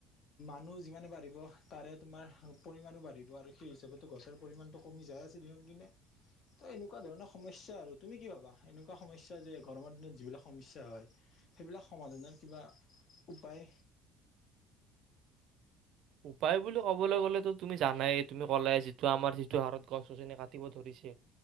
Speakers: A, on the left; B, on the right.
A: মানুহ যিমানে বাঢ়িব তাৰে তোমাৰ পৰিমাণো বাঢ়িব আৰু সেই হিচাপতো গছৰ পৰিমাণটো কমি যায় আছে দিনক দিনে ত' এনেকুৱা ধৰণৰ সমস্যা আৰু তুমি কি ভাবা এনেকুৱা সমস্যা যে গৰমৰ দিনত যিবিলাক সমস্যা হয় সেইবিলাক সমাধানৰ কিবা উপায়
B: উপায় বুলি ক'বলৈ গ'লে তুমি জানাই তুমি কলাই যিটো আমাৰ যিটো হাৰত গছ-গছনি কাটিব ধৰি ধৰিছে